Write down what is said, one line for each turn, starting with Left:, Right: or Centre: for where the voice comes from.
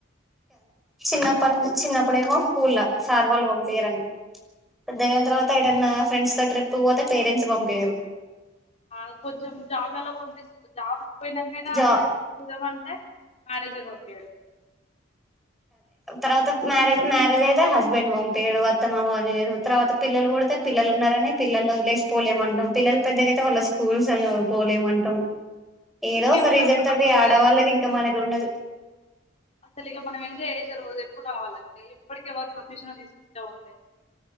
Centre: చిన్న పని చిన్నప్పుడేమో స్కూల్ సార్ వాళ్లు పంపియ్యరు అని పెద్దగైన తర్వాత ఏంటన్న ఫ్రెండ్స్ తో ట్రిప్పుకు పోతే పేరెంట్స్ పంపియరు
Left: ఆ కొంచెం జాబ్ అలా పంపిస్తే జాబ్ పోయినాకైనా
Centre: జా
Left: చూదామంటే మేనేజర్ పంపియ్యడు
Centre: తర్వాత మ్యారేజ్ మ్యారేజ్ అయితే హస్బెండ్ పంపియడు అత్త మామ తర్వాత పిల్లలు పుడితే పిల్లలు ఉన్నారని పిల్లల్ని వదిలేసి పోలేమంటాం పిల్లలు పెద్దగా అయితే వాళ్ళ స్కూల్స్ అని పోలేమంటాం ఏదో
Left: ఇంకెప్పుడు
Centre: ఒక రీజన్
Left: అక్క
Centre: తోటి
Left: మనం
Centre: ఈ
Left: ఎంజాయ్
Centre: ఆడవాళ్ళకి
Left: చేసేది
Centre: ఇంకా మనకి ఉన్నది
Left: అసలు ఇక మనం ఎంజాయ్ చేసే రోజు ఎప్పుడు రావాలండి ఎప్పటికే వాళ్ల పర్మిషన్ తీసుకుంట ఉంటే